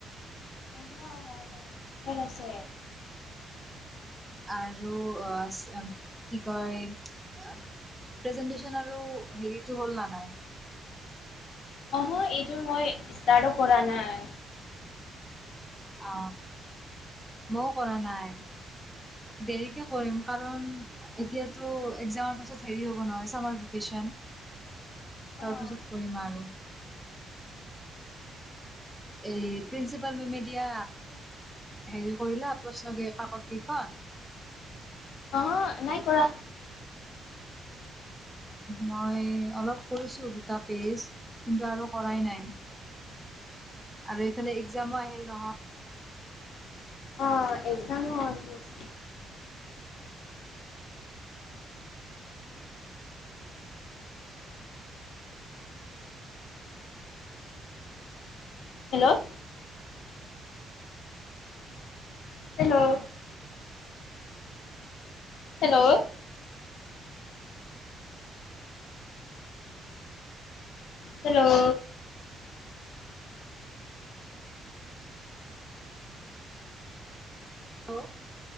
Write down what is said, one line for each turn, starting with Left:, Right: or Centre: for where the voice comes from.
Left: অহ হোৱা নাই ধেৰ আছে।
Centre: আৰু আহ কি কয়। প্ৰেজেণ্টেছন আৰু হেৰিটো হ'ল না নাই
Left: অ এইটো মই ষ্টাৰ্টো কৰা নাই।
Centre: অ ময়ো কৰা নাই। দেৰিকে কৰিম কাৰণ এতিয়াতো একজামৰ পাছত হেৰি হ'ব নহ ছামাৰভেকেচন
Left: <inaudible>
Centre: তাৰ
Left: অ'
Centre: পাচত কৰিম আৰু এই প্ৰিন্সিপাল মেমে দিয়া হেৰি কৰিলা প্ৰশ্ন কি কাকত কেইখন?
Left: অ নাই কৰা।
Centre: মই অলপ কৰিছো দুটা পেজ কিন্তু আৰু কৰাই নাই।
Left: <inaudible>
Centre: আৰু এইফালে এগজামো আহিল নহয়।
Left: অ এগজাম আহি আছে। হেল্ল' হেল্ল' হেল্ল' হেল্ল'
Centre: লো